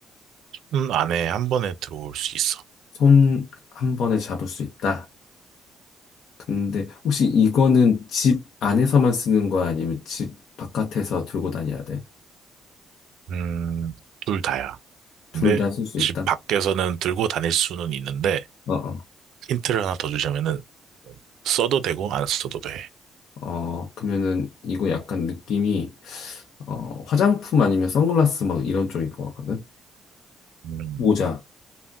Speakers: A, on the right; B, on the left.
A: 응. 음, 안에 한 번에 들어올 수 있어.
B: 손 한 번에 잡을 수 있다. 근데 혹시 이거는 집 안에서만 쓰는 거야? 아니면 집 바깥에서 들고 다녀야 돼?
A: 응, 음, 둘 다야.
B: 둘
A: 근데
B: 다 쓸 수
A: 집
B: 있다?
A: 밖에서는 들고 다닐 수는 있는데
B: 어어.
A: 힌트를 하나 더 주자면은 써도 되고 안 써도 돼.
B: 어, 그러면은 이거 약간 느낌이 어, 화장품 아니면 선글라스 막 이런 쪽인 것 같거든?
A: 음,
B: 모자,